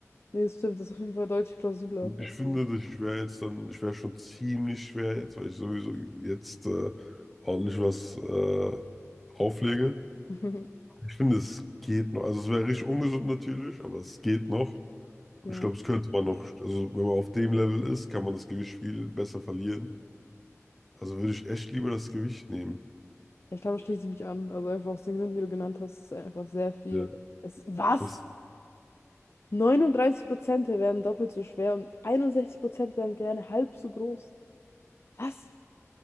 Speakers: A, on the left; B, in the centre.
A: Nee, das stimmt, das ist auf jeden Fall deutlich plausibler.
B: Und
A: Also,
B: ich finde, dass ich wäre jetzt dann, ich wäre schon ziemlich schwer jetzt, weil ich sowieso jetzt äh, ordentlich was äh, auflege.
A: <laughs>
B: Ich finde, es geht noch. Also es wäre richtig ungesund natürlich, aber es geht noch. Und
A: ja.
B: ich glaube, es könnte man noch, also wenn man auf dem Level ist, kann man das Gewicht viel besser verlieren. Also würde ich echt lieber das Gewicht nehmen.
A: Ja, Ich glaube, da schließe ich mich an. Also einfach aus den Gründen, die du genannt hast, ist einfach sehr viel.
B: Ja.
A: Es, was?
B: Das,
A: 39% werden doppelt so schwer und 61% werden gerne halb so groß. Was?